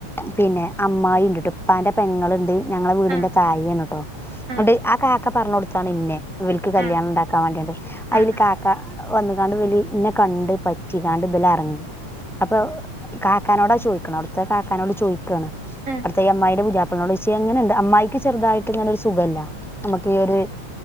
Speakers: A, in the centre; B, on the right.
A: പിന്നെ അമ്മായി ഉണ്ട് ഉപ്പാന്റെ പെങ്ങളുണ്ട് ഞങ്ങളെ വീടിന്റെ
B: ആഹ്
A: തായിണ് കേട്ടോ
B: ആഹ്
A: അണ്ട് ആ കാക്ക പറഞ്ഞ കൊടുത്താണ് ഇന്നെ വിൽക്ക് കല്യാണം
B: ആഹ്
A: ഉണ്ടാക്കാൻ വേണ്ടിണ്ട് അതിൽ
B: ആഹ്
A: കാക്ക വന്ന കാണ്ട് വലി ഇന്നെ കണ്ട് പറ്റിക്കാണ്ട് വില ഇറങ്ങി അപ്പൊ കാക്കാനോടാ ചോദിക്കണ അവിടുത്തെ ക കാരനോട് ചോദിക്കുവാണ്
B: ആഹ്
A: അവിത്തെ അമ്മായിന്റെ പുതിയാപ്പളനോട് ചേയ്ച്ചാണ് എങ്ങനെണ്ട് അമ്മായിക്ക് ചെറുതായിട്ട് ഇങ്ങനൊ ഒരു സുഖമല്ല നമുക്ക് ഈ ഒരു